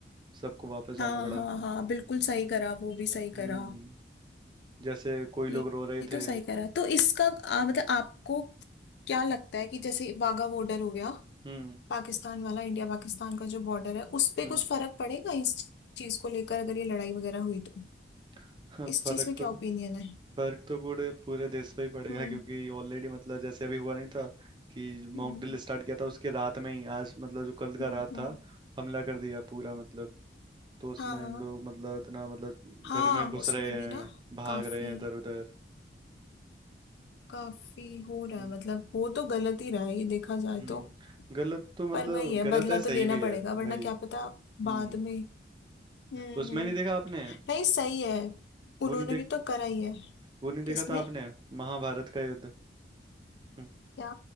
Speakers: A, on the right; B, on the left.
A: सबको वापस जाना
B: हाँ
A: पड़ा
B: हाँ हाँ बिल्कुल सही करा वो भी सही
A: हम्म
B: करा
A: जैसे कोई
B: ये
A: लोग रो रहे
B: ये तो
A: थे
B: सही करा तो इसका आ, मतलब आपको क्या लगता है कि जैसे वाघा बॉर्डर हो गया
A: हम्म
B: पाकिस्तान वाला इंडिया पाकिस्तान का जो बॉर्डर है उस पे
A: हम्म
B: कुछ फर्क पड़ेगा इस चीज को लेकर अगर ये लड़ाई वगैरह हुई तो
A: <laughs> हाँ,
B: इस
A: फर्क
B: चीज में क्या
A: तो
B: ओपिनियन है
A: फर्क तो पूरे पूरे देश पे ही पड़ेगा
B: हम्म
A: क्योंकि ऑलरेडी मतलब जैसे अभी हुआ नहीं था कि
B: हम्म
A: मॉक ड्रिल स्टार्ट किया था उसके रात में ही आज मतलब जो कल का
B: हम्म
A: रात
B: हम्म,
A: था हमला कर दिया पूरा मतलब तो उसमें
B: हाँ
A: लोग मतलब इतना मतलब
B: हाँ
A: घर में घुस
B: उसमें
A: रहे हैं
B: भी ना
A: भाग
B: काफी
A: रहे हैं इधर उधर
B: काफी हो रहा
A: हम्म
B: है मतलब हो तो गलत ही रहा है ये देखा जाए
A: हम्म
B: तो
A: गलत तो मतलब
B: पर वही है
A: गलत
B: बदला
A: है
B: तो
A: सही
B: लेना
A: भी
B: पड़ेगा
A: है
B: वरना
A: वही
B: क्या पता
A: हम्म
B: बाद में हम्म
A: उसमें
B: हम्म
A: नहीं देखा आपने
B: नहीं सही है उन्होंने
A: वो नहीं देख
B: भी तो करा ही है
A: वो नहीं देखा
B: किसमें
A: था आपने महाभारत का युद्ध हम्म,
B: क्या